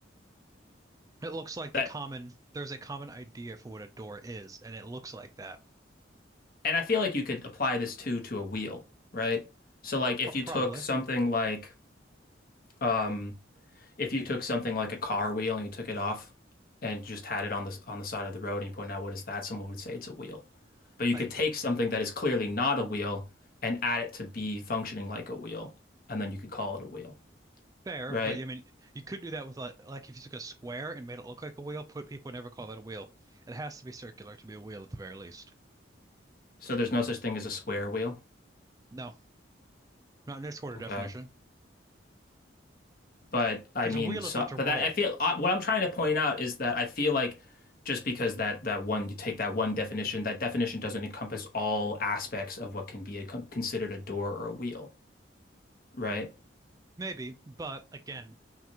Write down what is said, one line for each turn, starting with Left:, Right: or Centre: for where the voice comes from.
Right: It looks like the
Left: That,
Right: common, there's a common idea for what a door is, and it looks like that.
Left: and I feel like you could apply this too to a wheel, right? So like if
Right: Pro-
Left: you
Right: Probably
Left: took something like, um, if you took something like a car wheel and you took it off and just had it on the on the side of the road and you point out what is that, someone would say it's a wheel. But you
Right: like
Left: could take
Right: the
Left: something that is clearly not a wheel and add it to be functioning like a wheel, and then you could call it a wheel,
Right: fair,
Left: right?
Right: but yeah, I mean, you couldn't do that with like like if you took a square and made it look like a wheel. Put people would never call that a wheel. It has to be circular to be a wheel at the very least.
Left: So there's no such thing as a square wheel.
Right: No, not in this order
Left: Okay.
Right: definition,
Left: But I
Right: because
Left: mean,
Right: a wheel
Left: so,
Right: is meant to
Left: but
Right: roll,
Left: that I feel uh, what I'm trying to point out is that I feel like just because that that one you take that one definition, that definition doesn't encompass all aspects of what can be a, considered a door or a wheel, right?
Right: maybe, but again,